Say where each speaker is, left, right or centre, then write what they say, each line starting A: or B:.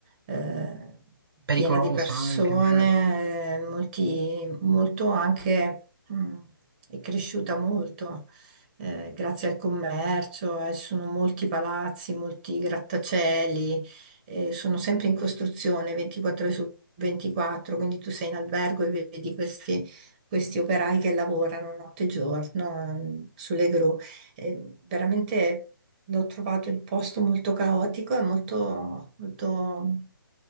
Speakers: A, on the right; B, on the right.
A: eh,
B: Pericolosa
A: piena di persone,
B: anche, magari.
A: eh, molti, molto anche, mm, è cresciuta molto eh, grazie al commercio, eh, ci sono molti palazzi, molti grattacieli eh, sono sempre in costruzione 24 ore su 24, quindi tu sei in albergo e vedi questi, questi operai che lavorano notte e giorno, ehm, sulle gru. Eh, veramente l'ho trovato il posto molto caotico e molto, molto